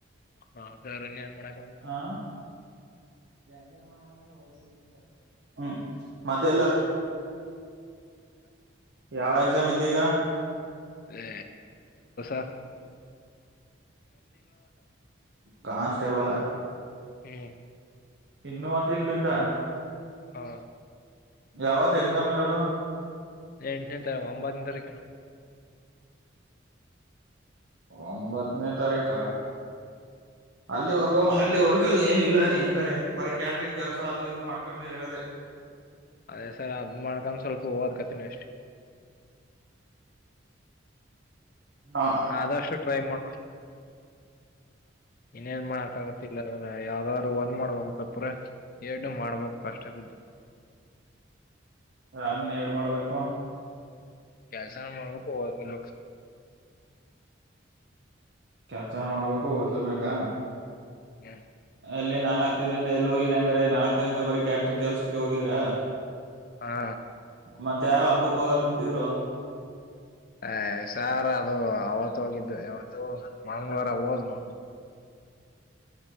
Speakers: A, on the left; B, on the right.
A: ಹಾ ಸರ್ ಇನ್ನೇನ್ ಮಾಡಕ್ ಆಗುತ್ತೆ.
B: ಆ <unintelligible> ಹ್ಮ್ ಮತ್ತೆಲ್ಲ ಯಾವ ಎಕ್ಸಾಮ್, ಇದ್ದೀಗ
A: ಹೇ <unintelligible>
B: ಕಾನ್ಸ್ಟೇಬಲ್,
A: ಹ್ಮ್.
B: ಇನ್ನು ಒಂದ್ ತಿಂಗಳ್ದ,
A: ಹಾ
B: ಯಾವತ್ ಎಕ್ಸಾಮ್ ಇರೋದು.
A: ಎಂಟನೇ ತ ಒಂಬತ್ತನೇ ತಾರೀಕೇನೂ.
B: ಒಂಬತ್ತನೇ ತಾರೀಕ. ಅಲ್ಲಿವರ್ಗೂ ಅಲ್ಲಿವರ್ಗೂ ಏನ ಇಲ್ಲಾನೆ ಹಂಗಾರ ಬರೀ ಕ್ಯಾಂಟ್ರಿಂಗ್ ಕೆಲ್ಸ ಅದು ಇದು ಮಾಡ್ಕೊಂಡು ಇರದೆ.
A: ಅದೇ ಸರ್ ಅದ್ ಮಾಡ್ಕ್ ಸ್ವಲ್ಪ ಒಡ್ಕೊತೀನಿ ಅಷ್ಟೇ.
B: ಹ
A: ಆದಷ್ಟು ಟ್ರೈ ಮಾಡ್ಬೀಕ ಇನ್ನೇನ್ ಮಾಡಕಾಗತ್ತಿಲ್ಲ ಯಾವ್ದ ರು ಒಂದ್ ಮಾಡ್ಬೇಕು ತಪ್ಪುರ ಎರಡ್ ಮಾಡ್ಬೇಕು ಕಷ್ಟ ಬಿದ್ದು.
B: ಅದನ್ ಎರಡು ಮಾಡ್ಬೇಕು.
A: ಕೆಲ್ಸನು ಮಾಡ್ಬೇಕು, <unintelligible>
B: ಕೆಲ್ಸನ ಮಾಡ್ಬೇಕು. ಲ್, ಓದ್ಲುಬೇಕಾ,
A: ಹ್ಮ್
B: ಅಲ್ಲಿ ನಾಲ್ಕಕ್ ದಿನಿಂದ ಎಲ್ಲಿ ಹೋಗಿದ್ರ ಹಂಗ್ರ ನಾಲ್ಕ್ ದಿನದಿಂದ ಬರೀ ಕ್ಯಾಂಟ್ರಿನ್ ಕೆಲ್ಸಕ್ಕೆ ಹೋಗಿದ್ರಾ.
A: ಹಾ
B: ಮತ್ತೆ ಯಾರ ಹಬ್ಬಕ್ಕ ಹೋಗನಂತಿದ್ರು.
A: ಹ ಸಾರ್ ಅದು ಅವತ್ತು ಹೋಗಿದ್ದು ಯಾವತ್ತು ಮಂಗಳವಾರ ಹೋದ್ ಮ